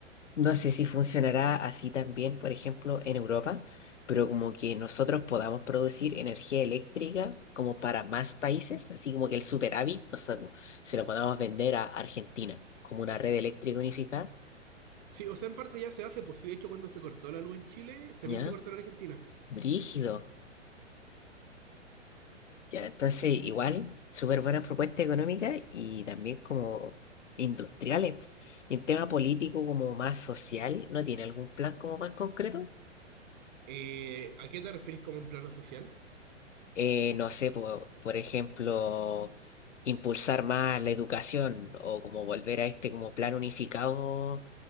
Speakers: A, on the left; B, on the right.
A: No sé si funcionará así también, por ejemplo, en Europa, pero como que nosotros podamos producir energía eléctrica como para más países, así como que el superávit, no sé, pu, se lo podamos vender a Argentina como una red eléctrica unificada,
B: Sí, o sea, en parte ya se hace, pues sí, de hecho, cuando se cortó la luz en Chile, también
A: ¿ya?
B: se cortó en Argentina.
A: Brígido. Ya, entonces igual, súper buenas propuestas económicas y también como industriales. po. Y en tema político, como más social, ¿no tiene algún plan como más concreto?
B: Eh, ¿a qué te referís como en plano social?
A: Eh, no sé, po, por ejemplo, impulsar más la educación o como volver a este como plan unificado